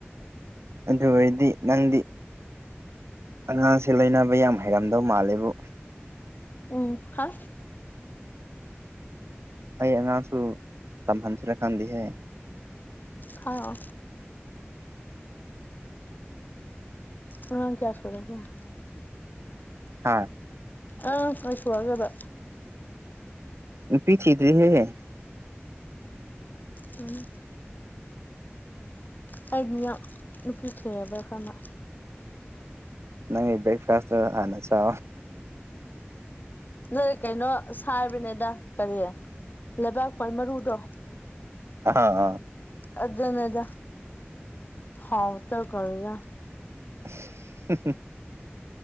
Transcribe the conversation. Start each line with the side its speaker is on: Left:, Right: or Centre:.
Right: ꯑꯗꯨ ꯑꯣꯏꯔꯗꯤ ꯅꯪꯗꯤ ꯑꯉꯥꯡꯁꯦ ꯂꯩꯅꯕ ꯌꯥꯝ ꯍꯩꯔꯝꯗꯧ ꯃꯥꯜꯂꯦꯕꯨ
Left: ꯎ ꯍꯥꯁ
Right: ꯑꯩ ꯑꯉꯥꯡꯁꯨ ꯇꯝꯍꯟꯁꯤꯔꯀꯥꯟꯗꯤꯍꯦ
Left: ꯈ ꯑ ꯀꯌꯥ ꯁꯗ ꯀꯌꯥ
Right: ꯍꯥꯥ
Left: ꯑ ꯀꯥꯏꯁꯨꯋꯥꯒꯗ
Right: ꯄꯤꯆꯗ꯭ꯔꯦꯦꯍꯦ
Left: ꯎꯝ ꯍꯥꯏꯥꯏꯗꯤ ꯌꯥꯝ ꯅꯨꯄꯤꯈꯦꯕ ꯈꯅ
Right: ꯅꯪ ꯭ꯔꯦꯛꯦꯛꯐꯥꯁ ꯍꯅ ꯆ
Left: ꯅ ꯀꯩꯅꯣ ꯁꯥꯕꯅꯦꯗ ꯀꯔꯤ ꯂꯩꯕꯥꯛ ꯈ꯭ꯋꯥꯏ ꯃꯔꯨꯗꯣ
Right: ꯑꯍꯥꯑ
Left: ꯑꯗꯅꯦꯗ ꯍꯥꯎ ꯇ ꯀꯔꯤꯔꯥ
Right: <unintelligible>